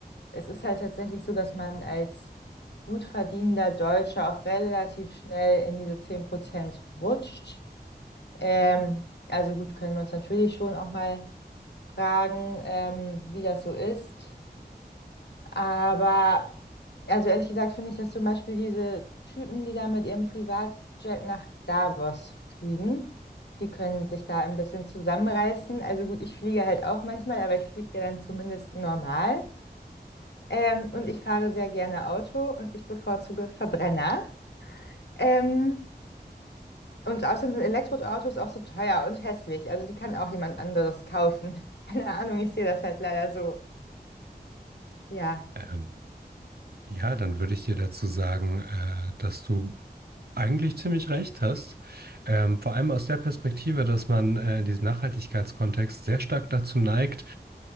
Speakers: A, on the left (about 85°); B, on the right (about 70°).
A: Es ist halt tatsächlich so, dass man als gut verdienender Deutscher auch relativ schnell in diese 10 Prozent rutscht. Ähm, also gut, können wir uns natürlich schon auch mal fragen, ähm, wie das so ist. Aber, also ehrlich gesagt, finde ich, dass zum Beispiel diese Typen, die da mit ihrem Privatjet nach Davos fliegen, die können sich da ein bisschen zusammenreißen. Also gut, ich fliege halt auch manchmal, aber ich fliege ja dann zumindest normal. Ähm, und ich fahre sehr gerne Auto und ich bevorzuge Verbrenner. Ähm, und außerdem sind Elektroautos auch so teuer und hässlich. Also die kann auch jemand anderes kaufen. <laughs> Keine Ahnung, ich sehe das halt leider so. Ja.
B: Ähm, Ja, dann würde ich dir dazu sagen, äh, dass du eigentlich ziemlich recht hast. Ähm, vor allem aus der Perspektive, dass man äh, in diesem Nachhaltigkeitskontext sehr stark dazu neigt,